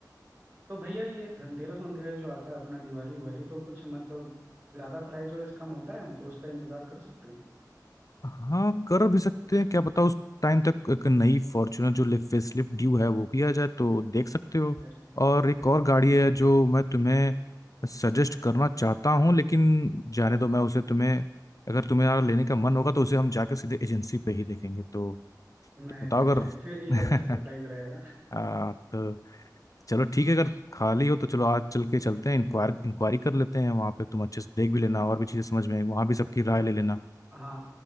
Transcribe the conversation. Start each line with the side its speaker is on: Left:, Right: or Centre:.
Right: तो भैया ये धनतेरस वनतेरस जो आता है अपना दिवाली वाली तो कुछ मतलब ज्यादा प्राइस और इस कम होता है मतलब उसका इंतजार कर सकते हैं
Left: हाँ कर भी सकते हैं क्या पता उस टाइम तक एक नई फॉर्च्यूनर जो फेसलिफ्ट ड्यू है वो भी आ जाए तो देख सकते हो
Right: अरे
Left: और एक और गाड़ी
Right: ये तो
Left: है जो मैं तुम्हें सजेस्ट करना
Right: हम्म
Left: चाहता हूँ लेकिन जाने दो मैं उसे तुम्हें अगर तुम्हें यार लेने का मन होगा तो उसे हम जाके सीधे एजेंसी पे ही देखेंगे तो,
Right: नहीं
Left: तो बताओ
Right: नहीं
Left: अगर
Right: सही फिर ये
Left: <laughs>
Right: अच्छा सरप्राइज रहेगा
Left: आ, तो चलो ठीक है अगर खाली हो तो चलो आज चल के चलते हैं इंक्वायर इंक्वायरी कर लेते हैं वहाँ पे तुम अच्छे से देख भी लेना और भी चीज़ें समझ में आएंगी, वहाँ भी सबकी राय ले लेना
Right: <laughs> हाँ